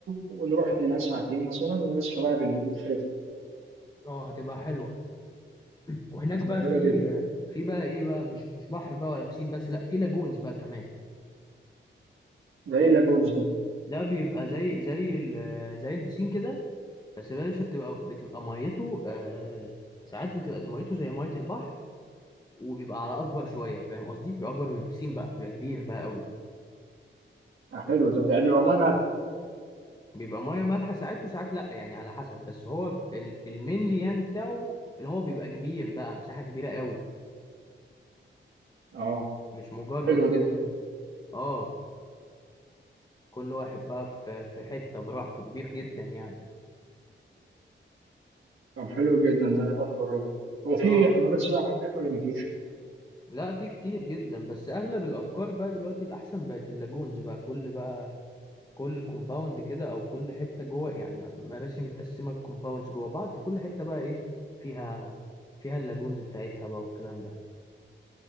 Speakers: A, on the right; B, on the left.
A: ونروح ننام ساعتين مثلا ونصحى بقى بالليل نخرب
B: اه هتبقى حلوة وهناك
A: هتبقى
B: بقى
A: حلوة
B: في
A: جدا
B: في بقى ايه بقى مش مش بحر بقى ولا بسين بس لا في لاجونز بقى كمان
A: ده ايه اللاجونز دي
B: ده بيبقى زي زي ال- زي البسين كده بس يا باشا بتبقى بتبقى ميته آه ساعات بتبقى ميته زي ميه البحر وبيبقى على اكبر شويه فاهم قصدي بيبقى اكبر من البسين بقى بيبقى كبير بقى قوي
A: آه، حلو ده يعني بيبقى ميه مالحة
B: بيبقى ميه مالحه ساعات وساعات لا يعني على حسب بس هو ال- المينلي يعني بتاعه اللي هو بيبقى كبير بقى مساحه كبيره قوي
A: اه
B: مش مجرد
A: حلو ده
B: كده اه كل واحد بقى في في حته براحته كبير جدا يعني
A: طب حلو جدا ده نبقى نجربه هو في
B: اه
A: حمامات سباحة هناك ولا مفيش؟
B: لا في كتير جدا بس اغلب الافكار بقى دلوقتي الاحسن بقت اللاجونز بقى كل بقى كل كومباوند كده او كل حته جوه يعني مراسي متقسمه كومباوندز جوه بعض فكل حته بقى ايه فيها فيها اللاجونز بتاعتها بقى والكلام ده